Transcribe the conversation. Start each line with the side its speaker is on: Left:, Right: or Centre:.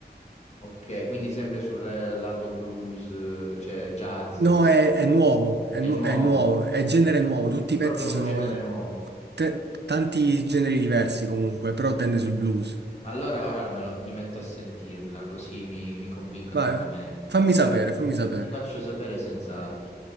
Left: ok, quindi sempre sul eh, lato blues, eh, cioè jazz,
Right: No,
Left: queste-
Right: è, è nuovo, è,
Left: è
Right: nu-
Left: nuovo,
Right: è nuovo, è genere nuovo, tutti i
Left: proprio
Right: pezzi
Left: un
Right: sono
Left: genere nuovo.
Right: te- tanti generi diversi comunque, però tende sul blues.
Left: Allora ora me lo- mi metto a sentirla, così mi, mi convinco
Right: Vai,
Left: ancora
Right: vai.
Left: meglio.
Right: fammi sapere, fammi sapere.
Left: Ti faccio sapere senz'altro.